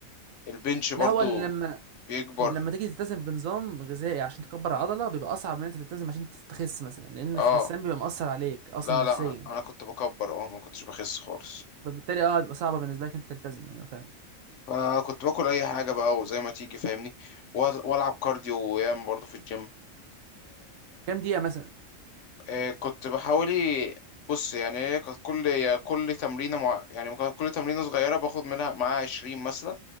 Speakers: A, on the left (about 70°); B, on the right (about 75°).
A: البنش برضو
B: لا هو لما
A: بيكبر
B: لما تيجي تلتزم بنظام غذائي عشان تكبر العضله بيبقى اصعب من انت تلتزم عشان تخس مثلا لان الخسان
A: اه
B: بيبقى مأثر عليك اصلا
A: لا
B: نفسيا
A: لا انا كنت بكبر اه ما كنتش بخس خالص
B: فبالتالي اه بيبقى صعبه بالنسبه لك انت تلتزم ايوه فعلا
A: فكنت باكل اي حاجه بقى وزي ما تيجي فاهمني وأ- والعب كارديو وياما برضو في الجيم
B: كام دقيقه مثلا
A: آه، كنت بحاولي بص يعني هي كانت كل يا كل تمرينة مع يعني كانت كل تمرينة صغيرة باخد منها معاها 20 مثلا